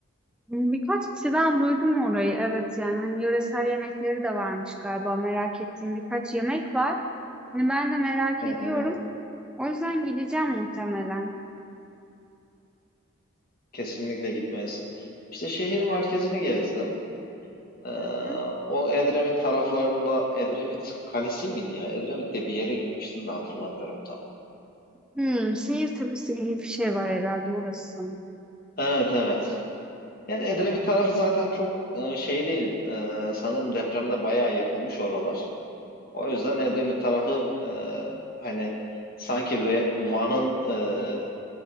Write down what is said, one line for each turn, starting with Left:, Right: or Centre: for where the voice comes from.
Centre: Hani Birkaç kişiden duydum orayı. Evet yani hani yöresel yemekleri de varmış galiba. Merak ettiğim birkaç yemek var. Hani ben de merak
Left: Hı
Centre: ediyorum.
Left: hı,
Centre: O yüzden gideceğim muhtemelen.
Left: kesinlikle gitmelisin. İşte şehir merkezini gezdim. Ee,
Centre: Hı hı.
Left: o Edremit taraflarında Edremit Kalesi miydi ya? Edremit'te bir yere gitmiştim de hatırlamıyorum tam.
Centre: Hmm, Seyir Tepesi gibi bir şey var herhalde orası sanırım.
Left: Evet evet. Yani Edremit tarafı zaten çok e, şey değil. E, sanırım depremde bayağı yıkılmış oralar. O yüzden Edremit tarafı e, hani sanki Ve- Van'ın e,